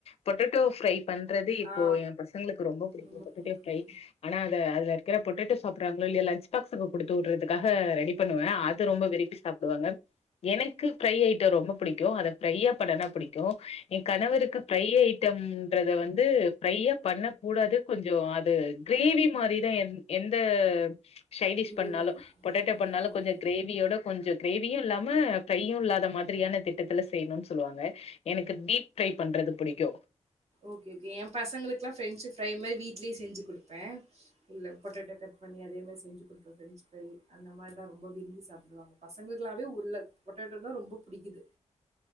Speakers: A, on the left; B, on the right.
A: பொட்டட்டோ ஃப்ரை பண்றது இப்போ
B: ஆ.
A: என் பசங்ளுக்கு ரொம்போ புடிக்கு
B: ரொம்ப
A: பொட்டட்டோ
B: பிடிக்கும்.
A: ஃப்ரை ஆனா அத அதுல இருக்குற பொட்டேட்டோ சாப்டுறாங்ளோ இல்லயோ லஞ்ச் பாக்ஸுக்கு குடுத்து உட்றதுக்காக ரெடி பண்ணுவ அ து ரொம்ப விரும்பி சாப்டுவாங்க எனக்கு ஃப்ரை ஐட்டோ ரொம்ப பிடிக்கு அத ஃப்ரையா பண்ணாதா பிடிக்கு என் கணவருக்கு ஃப்ரை ஐட்டம்ன்றத வந்து ஃப்ரையா பண்ண கூடாது கொஞ்சோ அது கிரேவி மாரிதா என் எந்த சைடிஷ்
B: இதுவுமே
A: பண்ணாலு பொட்டேட்டோ பண்ணாலு
B: ஓகே, ஓகே.
A: கொஞ்ச கிரேவியோட கொஞ்சோ கிரேவியு இல்லாம ப்ரையு இல்லாத மாதிரியான திட்டத்துல செய்னுன்சொல்வாங்க எனக்கு டீப் ப்ரை பண்றது பிடிக்கு
B: ஓகே ஓகே என் பசங்ளுக்குலா பிரஞ்சு ஃப்ரை மாரி வீட்லே செஞ்சு குடுப்பே இந்த பொட்டேட்டோ கட் பண்ணி அதே மாரி செஞ்சு குடுப்ப ப்ரெஞ்ச் ப்ரை அந்த மாரிதா ரொம்ப விரும்பி சாப்டுவாங்க பசங்ளுக்குளாவே உர்ள பொட்டேட்டோனா ரொம்ப பிடிக்குது